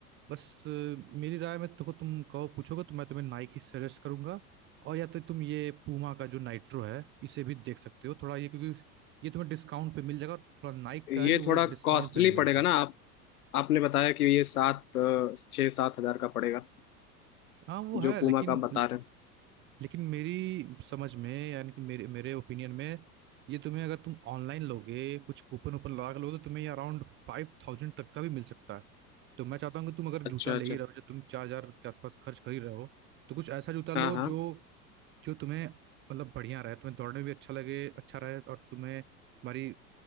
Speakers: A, on the right; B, on the left.
A: बस अ, मेरी राय में तो देखो तुम कहो पूछोगे तो मैं तुम्हें नाइक ही सजेस्ट करूंगा और या तो तुम ये पूमा का जो नाइट्रो है इसे भी देख सकते हो थोड़ा ये क्योंकि ये तुम्हें डिस्काउंट पे मिल जाएगा और थोड़ा नाइक
B: ये
A: का है कि वो
B: थोड़ा
A: डिस्काउंट
B: कॉस्टली
A: पे नहीं मिलता
B: पड़ेगा ना आप आपने बताया कि ये सात अ, छः सात हजार का पड़ेगा
A: हाँ वो है
B: जो
A: लेकिन
B: पूमा का आप बता रहे हैं
A: लेकिन मेरी समझ में यानी कि मेरे मेरे ओपिनियन में ये तुम्हें अगर तुम ऑनलाइन लोगे कुछ कूपन वूपन लगा के लोगे तो तुम्हें ये अराउंड फाइव थाउजेंड तक का भी मिल सकता है तो मैं चाहता हूँ कि तुम अगर
B: अच्छा
A: जूता ले
B: अच्छा
A: ही रहे हो जो तुम चार हजार के आसपास खर्च कर ही रहे हो तो कुछ ऐसा जूता लो
B: हाँ हाँ
A: जो जो तुम्हें मतलब बढ़िया रहे तुम्हें दौड़ने में भी अच्छा लगे अच्छा रहे और तुम्हें हमारी